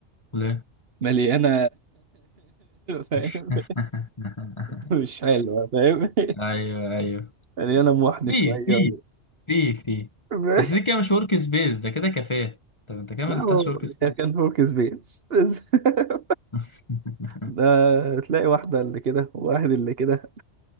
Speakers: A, on the left; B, on the right.
A: ليه
B: مليانة <laughs> فاهم
A: <laughs>
B: مش حلوة فاهم
A: ايوه ايوه
B: مليانة محن
A: في
B: شوية
A: في
B: و...
A: في في
B: <laughs>
A: بس دي كده مش ورك سبيس ده كده كافيه طب انت كده ما
B: لا هو
A: تفتحش ورك سبيس
B: هي كان ورك سبيس <laughs>
A: <laughs>
B: ده تلاقي واحدة اللي كده وواحد اللي كده